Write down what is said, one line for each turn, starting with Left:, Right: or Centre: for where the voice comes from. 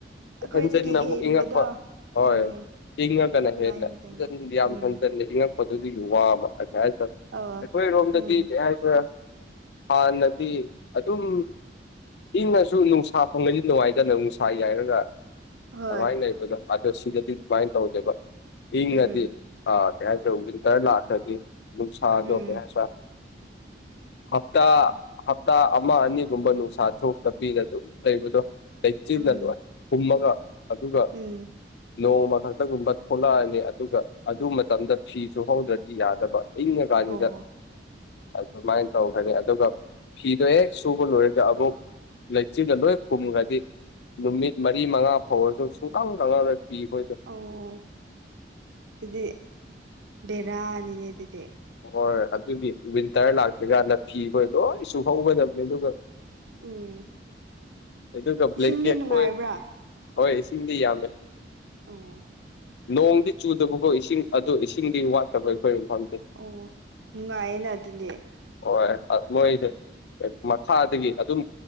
Right: ꯑꯩꯈꯣꯏꯗꯒꯤ
Left: ꯍꯟꯖꯤꯟꯅ
Right: ꯍꯦꯟꯕꯗꯣ
Left: ꯑꯃꯨꯛ ꯏꯪꯉꯛ ꯍꯣꯏ ꯍꯣꯏ
Right: ꯎꯝ
Left: ꯏꯪꯉꯒꯅ
Right: ꯁꯨꯃꯥꯏꯅ
Left: ꯍꯦꯟꯅ
Right: ꯇꯧꯅꯤ
Left: ꯌꯥꯝ
Right: ꯎꯝ
Left: ꯍꯟꯖꯟꯅ ꯏꯉꯛ ꯗꯤ ꯋꯥꯕ ꯀ ꯍꯥꯏꯦ <unintelligible>
Right: ꯑꯣ
Left: ꯑꯩꯈꯣꯏꯔꯣꯝꯗꯗꯤ
Right: ꯎꯝ
Left: ꯀꯩ ꯍꯥꯏꯦ ꯍꯥꯟꯅꯗꯤ ꯑꯗꯨꯝ ꯏꯪꯉꯁꯨ ꯅꯨꯡꯁꯥ ꯐꯪꯉꯗꯤ ꯅꯨꯡꯉꯥꯏꯗꯅ ꯅꯨꯡꯁꯥ ꯌꯥꯏꯔꯒ
Right: ꯍꯣꯏ
Left: ꯑꯗꯨꯃꯥꯏꯅ ꯂꯩꯕꯗꫭ ꯑꯗꯣ ꯁꯤꯗꯗꯤ ꯑꯗꯨꯨꯃꯥꯏꯅ ꯇꯧꯗꯦꯕ ꯏꯪꯉꯗꯤ
Right: ꯎꯝ
Left: ꯑꯥ ꯀꯩꯍꯥꯏꯁꯤꯔꯥ ꯋꯤꯟꯇꯔ ꯂꯥꯛꯇ꯭ꯔꯗꯤ ꯅꯨꯡꯁꯥꯗꯣ
Right: ꯎꯝ
Left: ꯀꯩꯍꯥꯏꯁꯤꯔꯥ <inaudible> ꯍꯞꯇꯥ ꯍꯞꯇꯥ ꯑꯃ ꯑꯅꯤꯒꯨꯝꯕ ꯅꯨꯡꯁꯥ ꯊꯣꯛꯇꯄꯤꯗ ꯑꯗꯨꯝ ꯂꯩꯕꯗꯣ ꯂꯩꯆꯤꯜꯟꯅ
Right: ꯎꯝ
Left: ꯂꯣꯏ ꯈꯨꯝꯃꯒ ꯑꯗꯨꯒ
Right: ꯎꯝ
Left: ꯅꯣꯡꯃ ꯈꯛꯇꯒꯨꯝꯕ ꯊꯣꯛꯂꯛꯑꯅꯤ ꯑꯗꯨꯒ ꯑꯗꯨ ꯃꯇꯝꯗ ꯐꯤ ꯁꯨꯍꯧꯗ꯭ꯔꯗꯤ ꯌꯥꯗꯕ ꯏꯪꯉꯥ ꯀꯅꯤꯗ
Right: ꯑꯣ
Left: <unintelligible> ꯑꯗꯨꯃꯥꯏꯅ ꯇꯧꯈ꯭ꯔꯅꯤ ꯑꯗꯨꯒ ꯐꯤꯗꯣ ꯍꯦꯛ ꯁꯨꯕ ꯂꯣꯏꯔꯒ ꯑꯃꯨꯛ ꯂꯩꯆꯤꯜꯅꯥ ꯂꯣꯏ ꯈꯨꯝꯈ꯭ꯔꯗꯤ ꯅꯨꯃꯤꯠ ꯃꯔꯤ ꯃꯉꯥ ꯐꯧꯔꯁꯨ ꯁꯨꯡ ꯀꯪ ꯀꯪꯉꯔꫭꯏ ꯐꯤꯈꫭꯏꯗꫭ
Right: ꯑꯣ ꯑꯗꯨꯗꯤ ꯕꯦꯔꯥꯅꯤꯅꯦ ꯑꯗꯨꯗꯤ
Left: ꯍꯣꯏ ꯑꯗꯨꯗꯤ ꯋꯤꯟꯇꯔ ꯂꯥꯛꯇ꯭ꯔꯤꯀꯥꯟꯗ ꯐꯤꯈꯣꯏ ꯂꯣꯏ ꯁꯨꯈꯧꯒꯗꯕꯅꯤ ꯑꯗꯨꯒ
Right: ꯎꯝ
Left: ꯑꯗꯨꯒ ꯕ꯭ꯂꯦꯡꯀꯦꯠ
Right: ꯏꯁꯤꯡꯗꯤ ꯅꯨꯡꯉꯥꯏꯕ꯭ꯔꯥ
Left: ꯍꯣꯏ ꯍꯣꯏ ꯏꯁꯤꯡꯗꯤ ꯌꯥꯝꯃꯦ
Right: ꯑꯣ
Left: ꯅꯣꯡꯗꯤ ꯆꯨꯗꯕꯀꫭ ꯏꯁꯤꯡ ꯑꯗꯨ ꯏꯁꯤꯡꯗꯤ ꯋꯥꯠꯇꯕ ꯑꯩꯈꯣꯏ ꯏꯝꯐꯥꯜꯖ‌ꯦ
Right: ꯑꯣ ꯅꯨꯡꯉꯥꯏꯌꯦꯅ ꯑꯗꯨꯅꯦ
Left: ꯍꫭꯏ ꯃꯣꯏꯁꯦ ꯃꯈꯥꯗꯒꯤ ꯑꯗꯨꯝ